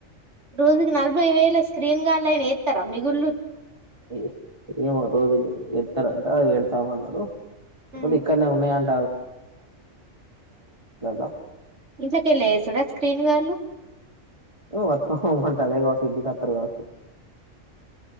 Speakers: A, on the right (about 55°); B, on the right (about 25°).
A: రోజుకి నలభై వేల స్క్రీన్ గాళ్యిన ఎత్తర మిగులు
B: ఎస్ ఏమో ఒక రోజు ఎతార ఆ వెళ్తాం అంటాడు ఇపొద్దిక్కనే
A: ఉమ్
B: ఉన్నయాం <unintelligible>
A: ఇంట్లకెళ్ళేసుడా స్క్రీన్ వాళ్ళు
B: చో వర్క్ హోమంట అదే కావచ్చు ఇంటికత్తడు కావొచ్చు